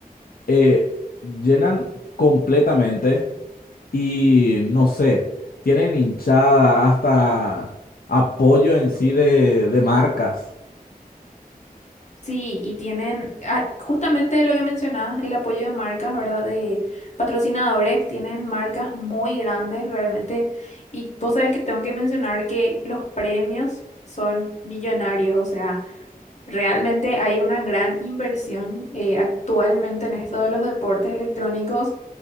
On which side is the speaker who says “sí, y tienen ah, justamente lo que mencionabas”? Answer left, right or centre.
Left